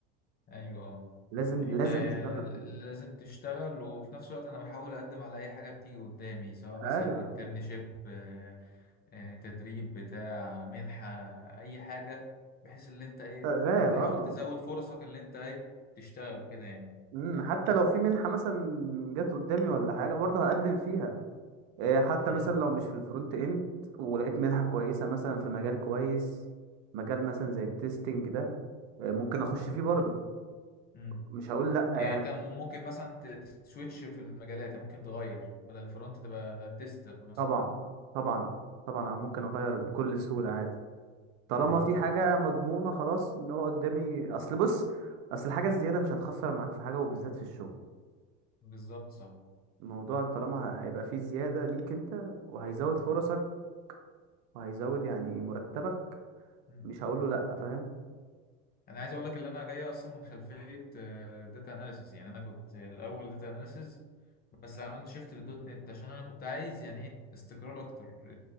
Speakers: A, on the left (about 25°); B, on the right (about 60°).
A: ايوه
B: لازم
A: احنا
B: لازم اشتغل
A: ل- لازم تشتغل وفي نفس الوقت انا بحاول اقدم على اي حاجه بتيجي قدامي سواء مثلا
B: ايوه
A: انترنشيب آه، تدريب بتاع منحة أي حاجة بحيث إن أنت إيه
B: شغال
A: تحاول
B: اه
A: تزود فرصك اللي أنت إيه تشتغل وكده يعني
B: امم حتى لو في منحه مثلا جت قدامي ولا حاجه برضه هقدم فيها إيه، حتى
A: امم
B: مثلا لو مش في الفرونت اند ولقيت منحه كويسه مثلا في مجال كويس مجال مثلا زي التستنج ده إيه، ممكن اخش فيه برضه
A: امم
B: مش هقول لا يعني
A: يعني أنت ممكن مثلا ت- تسويتش في المجالات يعني ممكن تغير بدل الفرونت تبقى تيستر مثلا
B: طبعا طبعا طبعا
A: مم.
B: أنا ممكن اغير بكل سهوله عادي طالما
A: أيوه
B: في حاجة مضمونة خلاص ان هو قدامي اصل بص اصل الحاجة الزيادة مش هتخسر معاك في حاجة وبالذات في الشغل
A: بالظبط صح
B: الموضوع طالما هيبقى فيه زيادة ليك انت وهيزود
A: مم.
B: فرصك وهيزود يعني مرتبك
A: مم.
B: مش هقوله لأ فاهم
A: أنا عايز أقول لك إن أنا جاي أصلا من خلفية داتا أناليسيس يعني أنا كنت الأول داتا أناليسيس بس عملت شيفت للدوت نت عشان أنا كنت عايز يعني إيه استقرار أكتر